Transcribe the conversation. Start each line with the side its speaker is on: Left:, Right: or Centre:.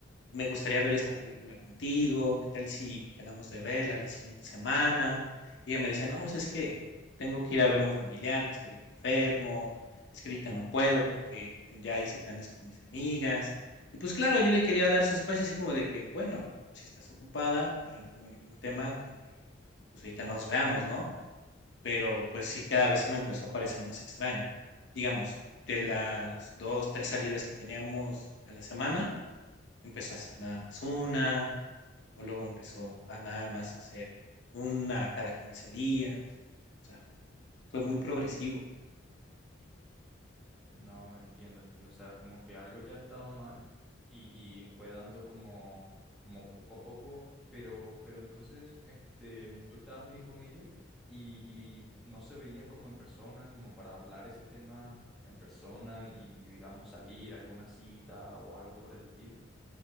Left: Me gustaría ver esta película contigo, ¿qué tal si quedamos de verla la siguiente semana? Y ella me decía, no, pues es que tengo que ir a ver a un familiar que está ahorita enfermo, es que ahorita no puedo porque ya hice planes con mis amigas. Y pues claro, yo le quería dar su espacio así como de que, bueno, si estás ocupada, pues yo no tengo ningún tema con que pues ahorita nos veamos, ¿no? pero pues sí, cada vez se me empezó a parecer más extraño. Digamos, de las dos, tres salidas que teníamos a la semana, empezó a hacer nada más una, o luego empezó a nada más hacer una cada 15 días. O sea, fue muy progresivo.
Centre: No, entiendo, entiendo. O sea, como que algo ya estaba mal y, y fue dando como, como poco a poco, pero, pero entonces, este, mm, tú estabas bien con ella y, y no se veían como en persona, como para hablar ese tema en persona y, digamos, salir a alguna cita o algo por el estilo.